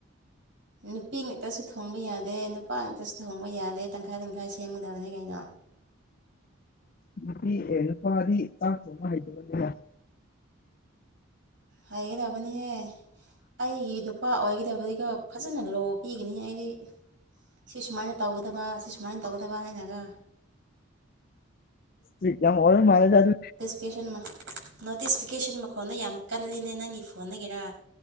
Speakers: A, on the right (about 65°); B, on the left (about 45°).
A: ꯅꯨꯄꯤ ꯉꯥꯛꯇꯁꯨ ꯊꯣꯡꯕ ꯌꯥꯗꯦ ꯅꯨꯄꯥ ꯉꯥꯛꯇꯁꯨ ꯊꯣꯡꯕ ꯌꯥꯗꯦ ꯇꯪꯈꯥꯢ ꯇꯪꯈꯥꯢ ꯁꯦꯝꯒꯗꯕꯅꯤ ꯀꯩꯅꯣ
B: ꯅꯨꯄꯤ ꯑꯦ ꯅꯨꯄꯥꯗꯤ ꯆꯥꯛ ꯊꯣꯡꯕ ꯍꯩꯇꯕꯅꯤꯅꯦ
A: ꯍꯥꯢꯒꯗꯅꯕꯅꯤꯍꯦ ꯑꯩꯒꯤ ꯅꯨꯞ ꯄꯥ ꯑꯣꯢꯒꯗꯕꯗꯤꯀꯣ ꯐꯖꯅ ꯂꯣ ꯄꯤꯒꯅꯤꯍꯦ ꯑꯩꯗꯤ ꯁꯤ ꯁꯨꯃꯥꯢꯅ ꯇꯧꯒꯗꯕ ꯁꯤ ꯁꯨꯃꯥꯢꯅ ꯇꯧꯒꯗꯕ ꯍꯥꯢꯅꯒꯣ
B: ꯇꯤꯛ ꯌꯥꯝ ꯍꯣꯔ ꯃꯥꯜꯂꯦꯗ ꯑꯗꯨ
A: ꯀꯦꯁꯟꯃ ꯅꯣꯇꯤꯁꯐꯤꯀꯦꯁꯟ ꯃꯈꯣꯟꯗꯣ ꯌꯥꯝ ꯀꯜꯂꯤꯅꯦ ꯅꯪꯒꯤ ꯐꯣꯟꯗꯒꯤꯔꯥ